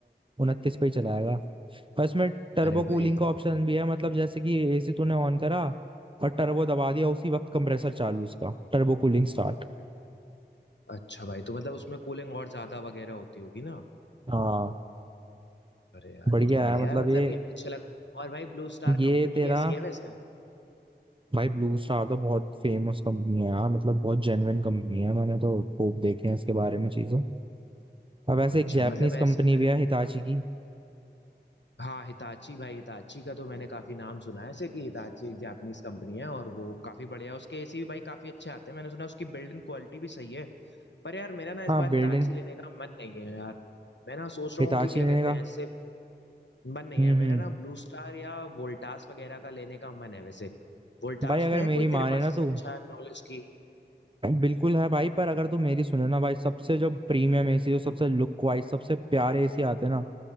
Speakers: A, on the right; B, on the left.
A: उनतीस पे ही चलाएगा और इसमें टर्बो
B: अरे
A: कूलिंग
B: भाई
A: का ऑप्शन भी है मतलब जैसे कि एसी तूने ऑन करा और टर्बो दबा दिया उसी वक्त कंप्रेसर चालू इसका टर्बो कूलिंग स्टार्ट
B: अच्छा भाई तो मतलब उसमें कूलिंग और ज्यादा वगैरह होती होगी ना
A: हाँ
B: अरे यार
A: बढ़िया
B: ये तो बढ़िया
A: है मतलब
B: है मतलब
A: ये
B: ये भी अच्छा लग और भाई ब्लू स्टार
A: ये
B: कंपनी
A: तेरा
B: कैसी है वैसे
A: भाई ब्लू स्टार तो बहुत फेमस कंपनी है यार मतलब बहुत जेन्युइन कंपनी है मैंने तो खूब देखे हैं इसके बारे में चीजें अब वैसे
B: अच्छा
A: एक जापानीज
B: मतलब ऐसे
A: कंपनी
B: मैंने
A: भी है हिताची की
B: हाँ, हिताची भाई हिताची का तो मैंने काफी नाम सुना है ऐसे कि हिताची एक जापानीज कंपनी है और वो काफी बढ़िया है उसके एसी भी भाई काफी अच्छे आते हैं मैंने सुना उसकी बिल्ड इन क्वालिटी भी सही है पर यार मेरा ना इस
A: हाँ
B: बार
A: बिल्ड
B: हिताची
A: इन
B: लेने का मन नहीं है यार मैं ना सोच रहा
A: हिताची
B: हूँ कि क्या
A: ने
B: कहते
A: कहा
B: हैं जैसे मन नहीं
A: हम्म
B: है
A: हम्म
B: मेरा ना ब्लू स्टार या वोल्टास वगैरह का लेने का मन है वैसे वोल्टास
A: भाई अगर
B: में है
A: मेरी
B: कोई तेरे
A: माने
B: पास
A: ना
B: ऐसा
A: तू
B: अच्छा नॉलेज की
A: बिल्कुल है भाई पर अगर तू मेरी सुने ना भाई सबसे जो प्रीमियम एसी जो सबसे लुक वाइज सबसे प्यारे एसी आते हैं ना